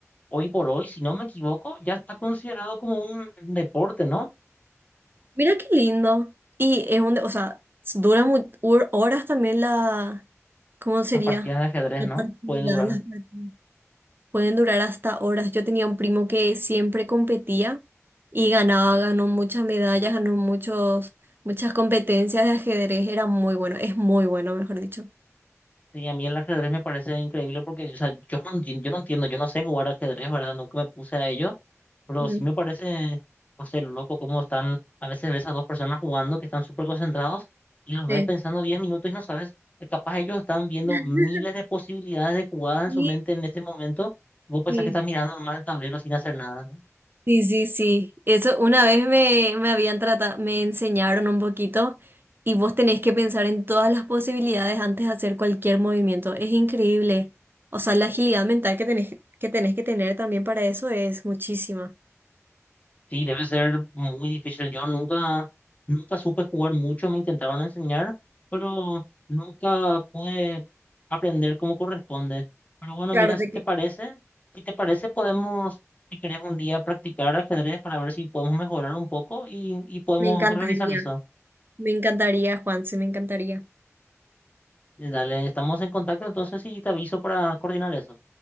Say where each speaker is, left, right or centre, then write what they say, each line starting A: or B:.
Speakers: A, on the left; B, on the right.
A: hoy por hoy, si no me equivoco, ya está considerado como un deporte, ¿no?
B: Mira qué lindo. Y es un, o sea, dura mu- hor- horas también la, ¿cómo sería?
A: Las partidas de ajedrez,
B: La
A: ¿no?
B: partida,
A: Puede durar.
B: las partidas. Pueden durar hasta horas. Yo tenía un primo que siempre competía y ganaba, ganó muchas medallas, ganó muchos, muchas competencias de ajedrez. Era muy bueno, es muy bueno, mejor dicho.
A: Sí, a mí el ajedrez me parece increíble porque, o sea, yo no, enti- yo no entiendo, yo no sé jugar ajedrez, ¿verdad? Nunca me puse a ello, pero
B: Mm,
A: sí me parece, no sé, loco cómo están, a veces ves a dos personas jugando que están súper concentrados y los
B: Sí.
A: ves pensando 10 minutos y no sabes, eh, capaz ellos están viendo
B: <laughs>
A: miles de posibilidades de jugadas
B: Sí,
A: en su mente en este momento y vos pensás
B: sí.
A: que estás mirando normal el tablero sin hacer nada, ¿no?
B: Sí, sí, sí. Eso una vez me, me habían tratado, me enseñaron un poquito y vos tenés que pensar en todas las posibilidades antes de hacer cualquier movimiento. Es increíble. O sea, la agilidad mental que tenés que tenés que tener también para eso es muchísima.
A: Sí, debe ser muy difícil. Yo nunca, nunca supe jugar mucho, me intentaron enseñar, pero nunca pude aprender como corresponde. Pero bueno,
B: Claro,
A: mira, si
B: te
A: te
B: que-
A: parece, si te parece, podemos, si querés un día practicar ajedrez para ver si podemos mejorar un poco y, y podemos
B: me encantaría.
A: organizar eso.
B: Me encantaría, Juanse, me encantaría.
A: Eh, Dale, estamos en contacto entonces y te aviso para coordinar eso.